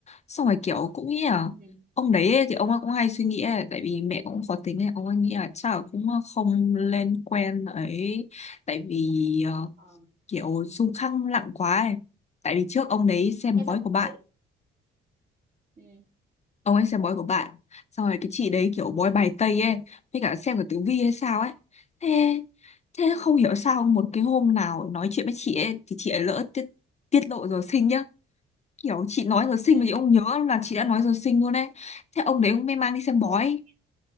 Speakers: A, on the left; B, on the right.
A: Xong rồi kiểu cũng nghĩ là
B: ừ.
A: ông đấy ấy, thì ông ấy cũng hay suy nghĩ ấy, tại vì mẹ cũng khó tính ấy, ông ấy nghĩ là chắc là cũng không lên quen ấy tại vì ờ,
B: Ờ.
A: kiểu xung khăng lặng quá ấy. Tại vì trước ông đấy xem
B: thế xong
A: bói của bạn
B: rồi ừ.
A: ông ấy xem bói của bạn xong rồi cái chị đấy kiểu bói bài tây ấy với cả xem cả tử vi hay sao
B: Ờ.
A: ấy thế thế
B: Ừ.
A: không hiểu sao một cái hôm nào nói chuyện với chị ấy thì chị ấy lỡ tiết tiết lộ giờ sinh nhá kiểu chị nói giờ
B: Ừ.
A: sinh mà chị không nhớ là chị đã nói giờ sinh luôn ấy thế ông đấy ông mới mang đi xem bói
B: thế xong